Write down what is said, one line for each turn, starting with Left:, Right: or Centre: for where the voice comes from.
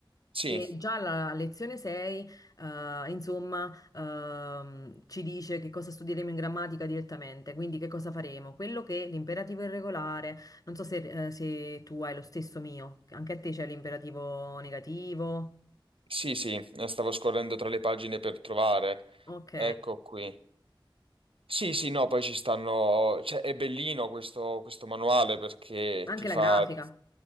Right: Sì,
Left: E già la lezione 6, eh, insomma, ehm, ci dice che cosa studieremo in grammatica direttamente, quindi che cosa faremo, quello che è l'imperativo irregolare, non so se, eh, se tu hai lo stesso mio, anche a te c'è l'imperativo negativo,
Right: sì, sì, eh, stavo scorrendo tra le pagine per trovare.
Left: ok.
Right: Ecco qui. Sì, sì, no, poi ci stanno... Cioè, è bellino questo, questo manuale perché
Left: Anche
Right: ti
Left: la
Right: fa...
Left: grafica.